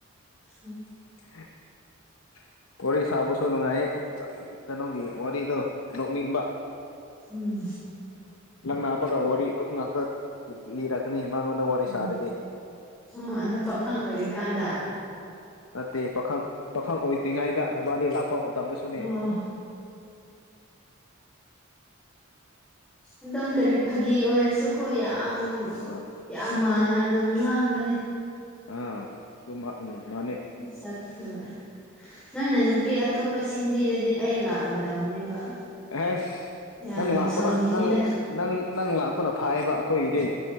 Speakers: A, in the centre; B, on the left.
A: ꯎꯝ
B: ꯎ ꯋꯥꯔꯤ ꯁꯥꯕꯁꯨ ꯅꯨꯡꯉꯥꯏꯌꯦ ꯀꯩꯅꯣꯒꯤ ꯋꯥꯔꯤꯗꯣ ꯅꯣꯛꯅꯤꯡꯕ
A: ꯎꯝ
B: ꯂꯛꯕꯒ ꯋꯥꯔꯤ ꯑꯗꯨꯝ ꯉꯥꯛꯇ ꯂꯤꯔꯛ ꯀ ꯍꯤꯃꯥꯡꯒꯣꯟꯗ ꯋꯥꯔꯤ
A: ꯎꯝ
B: ꯁꯥꯔꯗꯤ
A: ꯑꯣ ꯑꯗꯣ ꯄꯥꯈꯪ ꯑꯣꯏꯔꯤꯀꯥꯟꯗ
B: ꯅꯠꯇꯦ ꯄꯥꯈꯪ ꯄꯥꯈꯪ ꯑꯣꯏꯗ꯭ꯔꯤꯉꯩꯗ ꯅꯝꯕꯔ ꯑꯅꯤ ꯂꯥꯛꯄ ꯇꯝꯕꯁꯨꯅꯦ
A: ꯑꯣ ꯑꯗꯨꯝ ꯀꯔꯤ ꯐꯥꯒꯤ ꯑꯣꯏꯔꯁꯨꯀꯣ ꯌꯥꯝ
B: ꯑꯥ
A: ꯌꯥꯝ ꯃꯥꯟꯅ ꯑꯗꯨꯝ ꯉꯥꯡꯕꯅꯤ
B: ꯑꯥ ꯑꯗꯨ ꯎꯝ ꯃꯥꯅꯦ
A: ꯆꯥꯛꯊꯨꯔꯦ ꯅꯣꯏꯅ ꯅꯨꯄꯤ ꯑꯇꯣꯞꯄ ꯁꯤꯟꯕꯤꯔꯗꯤ ꯑꯩ ꯂꯥꯛꯑꯣꯏꯗꯕꯅꯦꯕ
B: ꯑꯦ
A: ꯌꯥꯝ
B: ꯅꯪ ꯂꯥꯛꯄꯅ
A: ꯁꯥꯎꯅꯤꯡꯉꯤꯗ
B: ꯅꯪ ꯅꯪ ꯅꯪ ꯂꯥꯛꯄꯅ ꯐꯥꯏꯕ ꯑꯩꯈꯣꯏꯗꯤ